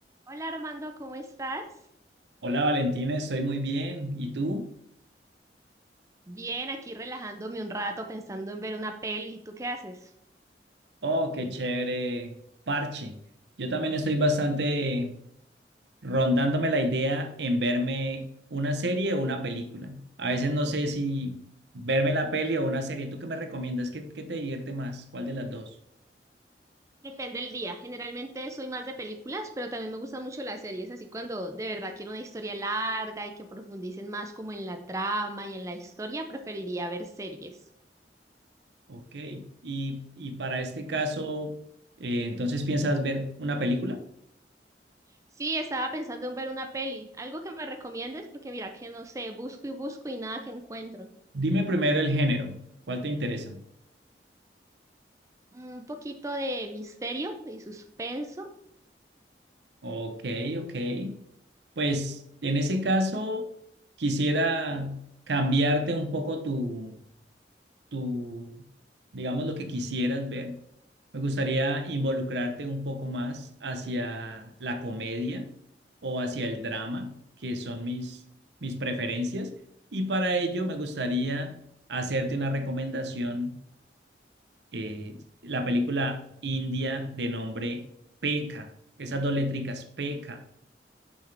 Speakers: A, on the right; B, on the right.
A: Hola Armando, ¿cómo estás?
B: Hola Valentina, estoy muy bien. ¿Y tú?
A: Bien, aquí relajándome un rato pensando en ver una peli. ¿Tú qué haces?
B: Oh, qué chévere parche. Yo también estoy bastante rondándome la idea en verme una serie o una película. A veces no sé si verme la peli o una serie. ¿Tú qué me recomiendas? ¿Qué, qué te divierte más? ¿Cuál de las dos?
A: Depende del día. Generalmente soy más de películas, pero también me gustan mucho las series, así cuando de verdad quiero una historia larga y que profundicen más como en la trama y en la historia, preferiría ver series.
B: Ok. Y, y para este caso, eh, entonces piensas ver una película?
A: Sí, estaba pensando en ver una peli. ¿Algo que me recomiendes? Porque mira que no sé, busco y busco y nada que encuentro.
B: Dime primero el género. ¿Cuál te interesa?
A: Un poquito de misterio y suspenso
B: Ok, ok. Pues en ese caso, quisiera cambiarte un poco tu, tu, digamos, lo que quisieras ver. Me gustaría involucrarte un poco más hacia la comedia o hacia el drama, que son mis, mis preferencias. Y para ello me gustaría hacerte una recomendación, eh, la película india de nombre Peka, esas dos letricas, Peka.